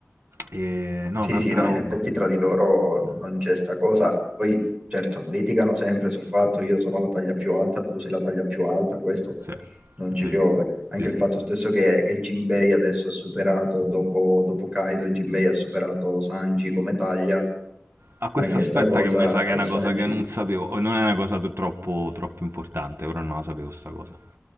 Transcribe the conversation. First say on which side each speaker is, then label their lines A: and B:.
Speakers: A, on the right; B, on the right.
A: eh, no,
B: sì,
A: tanta
B: sì, no,
A: roba.
B: in effetti tra di loro
A: Mm.
B: non c'è sta cosa. Poi, certo, litigano sempre sul fatto io sono la taglia più alta, tu sei la taglia più alta, questo
A: Sì,
B: non ci
A: sì,
B: piove. Anche
A: sì,
B: il
A: sì,
B: fatto
A: sì.
B: stesso che, che Jinbei adesso ha superato, dopo, dopo Kaido, Jinbei ha superato Sanji come taglia,
A: A questo
B: anche
A: aspetta
B: sta cosa,
A: che mi sa
B: eh,
A: che è una
B: Sanji...
A: cosa che non sapevo, o non è una cosa t- troppo, troppo importante, però non la sapevo sta cosa.